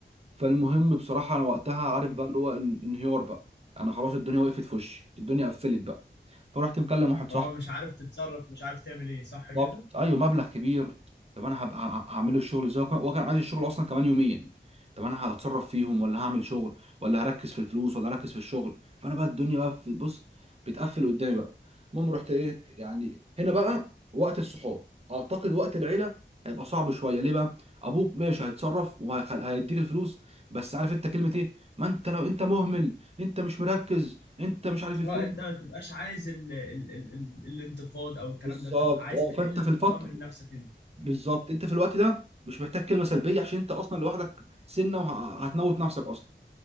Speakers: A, on the right (about 35°); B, on the left (about 65°).
A: فالمهم بصراحة أنا وقتها عارف
B: مم.
A: بقى اللي هو إن- انهيار بقى أنا خلاص الدنيا وقفت في وشي الدنيا قفلت بقى فرحت مكلم واحد صاحبي
B: هو مش عارف تتصرف مش عارف تعمل ايه صح كده
A: بالظبط ايوه مبلغ كبير طب انا هبقى ه- هعمله الشغل ازاي وكان- هو كان عايز الشغل اصلا كمان يومين طب انا هتصرف فيهم ولا هعمل شغل ولا هركز في الفلوس ولا هركز في الشغل فانا بقى الدنيا بقى في بص بتقفل قدامي بقى المهم رحت ايه يعني هنا بقى وقت الصحاب اعتقد وقت العيله هيبقى صعب شويه ليه بقى ابوك ماشي هيتصرف وهيديك الفلوس بس عارف انت كلمه ايه ما انت لو انت مهمل انت مش مركز انت مش عارف الفلوس
B: اه انت ما تبقاش عايز ال ال ال ال الانتقاد او الكلام
A: بالظبط
B: ده تبقى عايز
A: اه
B: تحل
A: فانت
B: الموضوع
A: في الفتره
B: من نفسك انت
A: بالظبط انت في الوقت ده مش محتاج كلمه سلبيه عشان انت اصلا لوحدك سنه وهتموت نفسك اصلا